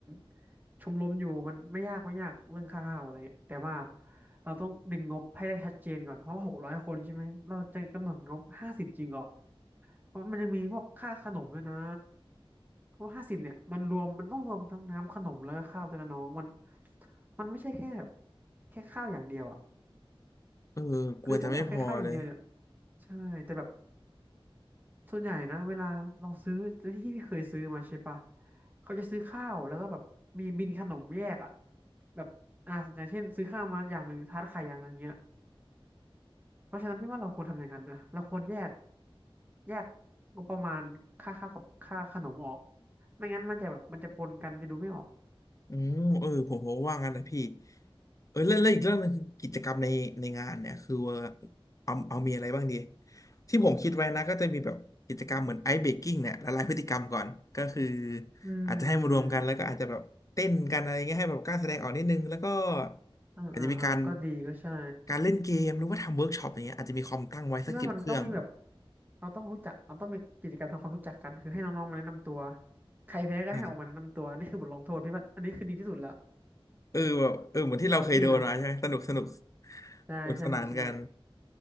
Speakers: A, on the right (about 20°); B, on the left (about 35°).
A: ำชมรมอยู่มันไม่ยากไม่ยากเรื่องค่าข้าวอะไรเงี้ยแต่ว่าเราต้องดึงงบให้ได้ชัดเจนก่อนเพราะว่าหกร้อยคนใช่ไหมเราจะกำหนดงบห้าสิบจริงเหรอเพราะมันยังมีพวกค่าขนมด้วยนะเพราะห้าสิบเนี่ยมันรวมมันต้องรวมทั้งน้ำขนมแล้วก็ข้าวด้วยนะน้องมันมันไม่ใช่แค่แบบแค่ข้าวอย่างเดียวอ่ะ
B: เออกลัวจะไม่พอเลย
A: คือถ้าจะเอาแค่ข้าวอย่างเดียวเนี่ยใช่แต่แบบ ส่วนใหญ่นะเวลาเราซื้อที่พี่เคยซื้อมาใช่ปะเขาจะซื้อข้าวแล้วก็แบบมีบินขนมแยกอ่ะแบบอ่ะอย่างเช่นซื้อข้าวมาอย่างหนึ่งทาร์ตไข่อย่างหนึ่งเนี้ยเพราะฉะนั้นพี่ว่าเราควรทำอย่างนั้นนะเราควรแยกแยกงบประมาณค่าข้าวกับค่าขนมออกไม่งั้นมันจะแบบมันจะปนกันมันจะดูไม่ออก
B: อืมเออผมผมว่างั้นนะพี่เออเรื่องเรื่องอีกเรื่องหนึงคือกิจกรรมในในงานเนี่ยคือว่าเอาเอามีอะไรบ้างดีที่ผมคิดไว้นะก็จะมีแบบกิจกรรมเหมือนไอซ์เบรกกิ้งเนี่ยละลายพฤติกรรมก่อนก็คือ
A: อืมอืม
B: อาจจะให้มารวมกันแล้วก็อาจจะแบบเต้นกันอะไรเงี้ยให้แบบกล้าแสดงออกนิดนึงแล้วก็
A: อ่าอ่าอ่าก็ดีก็ใช่
B: อาจจะมีการการเล่นเกมหรือว่าทำเวิร์กช็อปอย่างเงี้ยอาจจะมีคอมตั้งไว้สักสิบเครื่อง
A: พี่ว่ามันต้องมีแบบเราต้องรู้จักเราต้องมีกิจกรรมทำความรู้จักกันคือให้น้องๆมาแนะนำตัวใครแพ้ก็ให้ออกมาแนะนำตัวนี่คือบทลงโทษพี่ว่าอันนี้คือดีที่สุดละ
B: ใช่เออแบบเออเหมือนที่เราเคยโดนมาใช่ไหมสนุกสนุก
A: สำหรับพี่นะใช่ใช่สนุกสนุก
B: สนุกสนานกัน